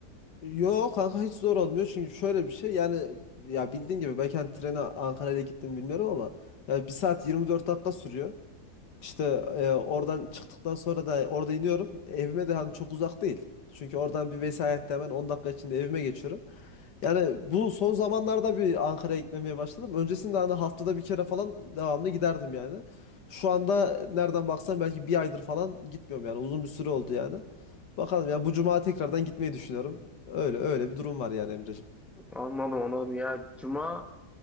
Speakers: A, on the left; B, in the centre.
A: Yo, kanka hiç zor olmuyor çünkü şöyle bir şey yani ya bildiğin gibi belki hani trene Ankara'ya gittim bilmiyorum ama ya 1 saat 24 dakika sürüyor. İşte e, oradan çıktıktan sonra da orada iniyorum. Evime de hani çok uzak değil. Çünkü oradan bir vesayette hemen 10 dakika içinde evime geçiyorum. Yani bu son zamanlarda bir Ankara'ya gitmemeye başladım. Öncesinde hani haftada bir kere falan devamlı giderdim yani. Şu anda nereden baksan belki bir aydır falan gitmiyorum yani. Uzun bir süre oldu yani. Bakalım yani bu cuma tekrardan gitmeyi düşünüyorum. Öyle öyle bir durum var yani Emreciğim.
B: Anladım anladım ya. Cuma